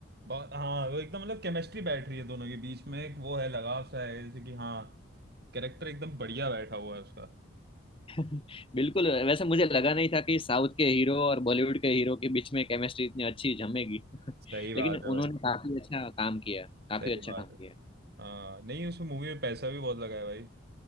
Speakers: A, on the right (about 50°); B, on the left (about 25°).
A: बहुत हाँ वो एकदम मतलब केमिस्ट्री बैठ रही है दोनों के बीच में एक वो है लगाव सा है जैसे कि हाँ कैरेक्टर एकदम बढ़िया बैठा हुआ है उसका
B: <laughs> बिल्कुल वैसे मुझे लगा नहीं था कि साउथ के हीरो और बॉलीवुड के हीरो के बीच में केमिस्ट्री इतनी अच्छी जमेगी <laughs>
A: सही बात
B: लेकिन
A: है
B: उन्होंने
A: भाई
B: काफी अच्छा काम किया काफी
A: सही
B: अच्छा
A: बात
B: काम
A: है
B: किया
A: हाँ नहीं उस मूवी में पैसा भी बहुत लगा है भाई